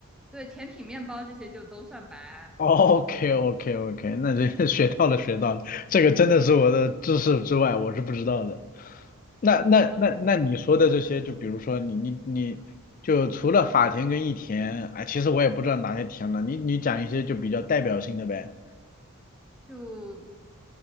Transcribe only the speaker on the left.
<laughs> OK OK OK，那就 <laughs> 学到了学到了，这个真的是我的知识之外，我是不知道的。那那那那你说的这些，
就比如说你你你就除了法田跟益田，哎，其实我也不知道哪些田了，你你讲一些就比较代表性的呗。